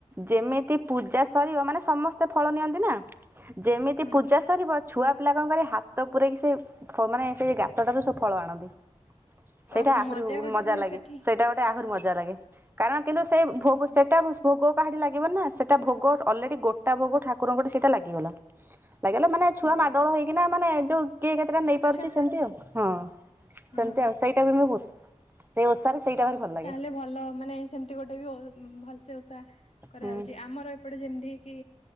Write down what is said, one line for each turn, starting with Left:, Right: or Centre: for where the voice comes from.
Right: ଯେମିତି ପୂଜା ସରିବ ମାନେ ସମସ୍ତେ ଫଳ। ନିଅନ୍ତି ନାଁ ଯେମିତି
Left: ହଁ
Right: ପୂଜା ସରିବ ଛୁଆ ପିଲା କଣ କରିବେ ହା ହାତ ପୁରେଇକି ସେଇ ମାନେ ସେଇ ଗାତଟାରୁ ସବୁ ଫଳ ଆଣନ୍ତି। ସେଇଟା
Left: ଓହୋ
Right: ଆହୁରି ଉ
Left: ଗୋଟେ
Right: ମଜା
Left: ହୁଏ
Right: ଲାଗେ
Left: ସେଠି
Right: ସେଇଟା ଗୋଟେ ଆହୁରି ମଜା ଲାଗେ। କାରଣ କିନ୍ତୁ ସେଇ
Left: ଓହୋ
Right: ଭୋଗ ସେଟା ଭୋଗ। ପାହାଡି ଲାଗିବ ନା ସେଟା ଭୋଗ ଅଲରେଡି ଗୋଟା ଭୋଗ ଠାକୁରଙ୍କ ଟି ସେଟା ଲାଗିଗଲା। ଲାଗିଗଲା ମାନେ ଛୁଆ
Left: ହଁ
Right: ମାଡ଼ଗଳ ହେଇକିନା ମାନେ ଯୋଉ। କିଏ କେତେଟା
Left: ଛୋଟ
Right: ନେଇ ପାରୁଛି
Left: ଛୁଆ ଖାଆନ୍ତି
Right: ସେମିତି ଆଉ ହଁ ସେମତି
Left: ହଁ ହଁ
Right: ଆଉ ସେଇଟାକୁ ବହୁତ ସେ ଓଷାରେ। ସେଇଟା ଭାରି ଭଲ ଲାଗେ
Left: ତାହେଲେ ଭଲ ମାନେ ସେମିତି ଗୋଟେ ବି ଓ ଭଲସେ ଓଷା କରାହଉଚି
Right: ହୁଁ
Left: ଆମର। ଏପଟେ ଯେମିତି କି